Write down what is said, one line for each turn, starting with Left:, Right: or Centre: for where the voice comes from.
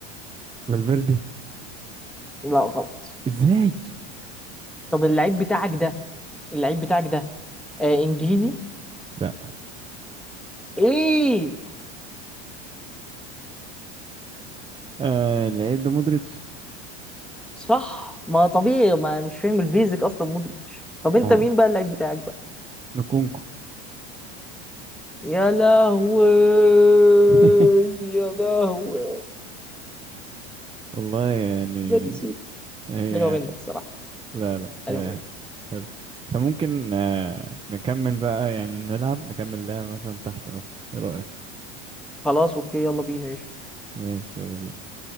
Right: فالفيردي
Centre: لا غلط
Right: ازاي
Centre: طب اللعيب بتاعك ده اللعيب بتاعك ده آه انجليزي؟
Right: لا
Centre: ايه
Right: آه العيب ده مودريتش
Centre: صح ما طبيعي ما مش فاهم البيزك اصلا مودريتش طب انت
Right: ما هو
Centre: مين بقى اللعيب بتاعك بقى؟
Right: نكونكو
Centre: يا لهوي
Right: <laughs>
Centre: يا لهوي
Right: والله يعني
Centre: ده نسيت
Right: هي
Centre: حلوة منك الصراحة
Right: لا لا
Centre: حلوة
Right: آه
Centre: منك
Right: حلو احنا ممكن آه نكمل بقى يعني نلعب نكمل لعبة مثلا تحت مثلا ايه رأيك
Centre: خلاص اوكي يلا بينا
Right: ماشي يلا بينا